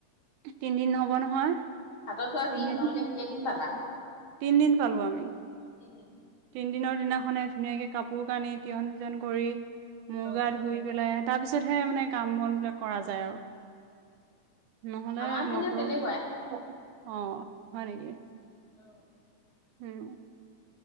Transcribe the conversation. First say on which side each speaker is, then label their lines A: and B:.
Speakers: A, on the right (about 80°); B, on the left (about 45°).
A: তিনদিন হ'ব নহয়।
B: হাতৰ চোৱা
A: তিনদিন।
B: কি তোমালোকে কেইদিন পালা?
A: তিনদিন পালো আমি?
B: তিনদিন
A: তিনদিনৰ দিনাখনে গোটেই কাপোৰ কানি তিয়ন ভিজন কৰি মুৰ
B: অ'। অ',
A: গা ধুই পেলাই তাৰ পিছতহে মানে কাম বন বিলাক কৰা যায় আৰু। নহ'লে
B: আমাৰ পিনেও
A: নকৰো,
B: তেনেকুৱাই
A: অ' হয় নেকি?
B: <inaudible>
A: উম।